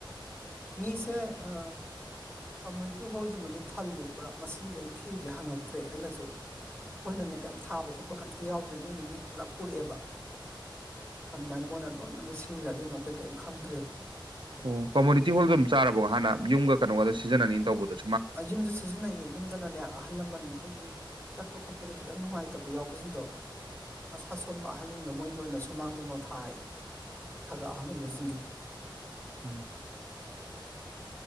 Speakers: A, on the left (about 20°); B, on the right (about 70°).
A: ꯃꯤꯁꯦ ꯑ ꯀꯝꯃꯨꯅꯤꯇꯤ ꯍꯣꯜꯗꯨꯃꯗꯤ ꯊꯜꯂꯦ ꯄꯨꯔꯥ ꯃꯁꯤꯡꯗꯤ ꯑꯩ ꯊꯤꯗ꯭ꯔꯦ ꯍꯪꯉꯛꯇ꯭ꯔꯦ ꯑꯩꯅꯁꯨ ꯑꯩꯈꯣꯏꯅꯅꯦ ꯀꯩꯝ ꯊꯥꯕ ꯈꯣꯠꯄ ꯀꯩꯝꯇ ꯌꯥꯎꯗ꯭ꯔꯦ ꯃꯣꯏꯒꯤ ꯃꯤ ꯄꯨꯂꯞ ꯄꯨꯔꯛꯑꯦꯕ ꯑꯗꯨꯃꯥꯏꯅ ꯃꯣꯏꯅ ꯂꯣꯏꯅ ꯑꯃꯨꯛ ꯁꯤꯟꯈ꯭ꯔꯦ ꯑꯗꯨꯅ ꯑꯩꯈꯣꯏ ꯀꯔꯤꯝ ꯈꯪꯗ꯭ꯔꯦꯕ
B: ꯑꯣ ꯀꯝꯃꯨꯅꯤꯇꯤ ꯍꯣꯜꯗ ꯑꯗꯨꯝ ꯆꯥꯔꯕꯒꯣ ꯍꯥꯟꯅ ꯌꯨꯝꯒ ꯀꯩꯅꯣꯒꯗ ꯁꯤꯖꯤꯟꯅꯅꯤꯅ ꯇꯧꯕꯗ
A: ꯌꯨꯝꯁꯨ ꯁꯤꯖꯤꯟꯅꯩꯌꯦ ꯌꯨꯝꯗꯅꯅꯦ ꯑꯍꯜ ꯂꯃꯟ ꯑꯩꯈꯣꯏꯒꯤ ꯆꯠꯄ ꯈꯣꯠꯄꯗ ꯈꯤꯇꯪ ꯅꯨꯡꯉꯥꯏꯇꯕ ꯌꯥꯎꯕꯁꯤꯡꯗꯣ ꯃꯁꯥ ꯁꯣꯟꯕ ꯑꯍꯟꯁꯤꯡꯗꯣ ꯃꯣꯏꯒꯤ ꯑꯣꯏꯅ ꯁꯨꯃꯥꯡꯗꯨꯃ ꯊꯥꯏ ꯈꯒ ꯑꯍꯟ ꯑꯣꯏꯕꯁꯤꯡꯒꯤ
B: ꯎꯝ